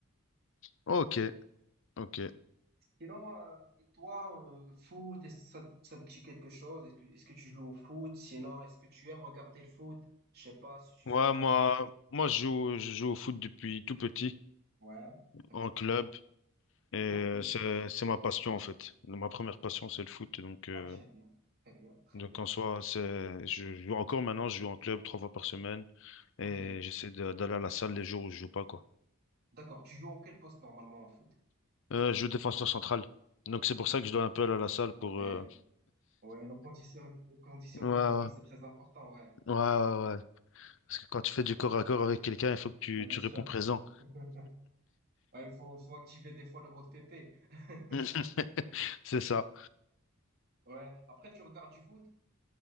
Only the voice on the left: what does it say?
Ok, ok.
Ouais,
moi, moi, je joue, je joue au foot depuis tout petit,
en
club, et euh,
c'est, c'est ma passion, en fait. Ma première passion, c'est le foot, donc, euh,
Donc
en soi, c'est, je joue encore maintenant, je joue en club trois fois par semaine et
j'essaie de- d'aller à la salle les jours où je joue pas quoi.
Euh, je joue défenseur central. Donc c'est pour ça que je dois un peu aller à la salle pour
euh,
Ouais, ouais,
ouais, ouais,
ouais. Parce que quand tu fais du corps à corps avec quelqu'un, il faut que tu,
tu
réponds présent.
<laughs> C'est ça.